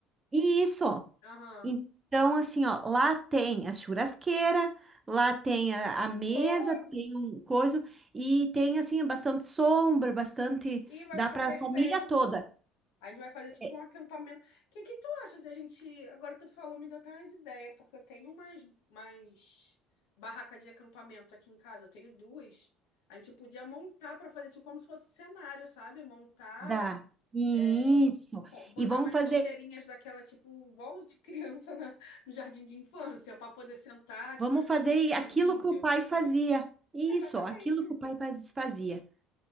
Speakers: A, on the right (about 20°); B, on the left (about 80°).
A: Isso.
B: Aham.
A: Então, assim, ó, lá tem a churrasqueira, lá tem a, a mesa,
B: Boa.
A: tem um coisa, e tem, assim, bastante sombra, bastante.
B: E vai
A: Dá
B: ficar
A: para
B: perfeito.
A: a família toda.
B: A gente vai fazer tipo
A: É,
B: um acampamento. O que que tu achas de a gente. Agora tu falou, me deu até umas ideias, porque eu tenho umas, umas barracas de acampamento aqui em casa, eu tenho duas. A gente podia montar para fazer tipo como se fosse cenário, sabe? Montar,
A: dá. Isso.
B: é, bo- botar
A: E vamos
B: umas
A: fazer,
B: esteirinhas daquela, tipo, igual de criança na- no jardim de infância, para poder sentar,
A: vamos
B: tipo aquelas
A: fazer
B: esteiras
A: aquilo
B: de índio.
A: que o pai fazia. Isso,
B: Exatamente.
A: aquilo que o pai faz- fazia.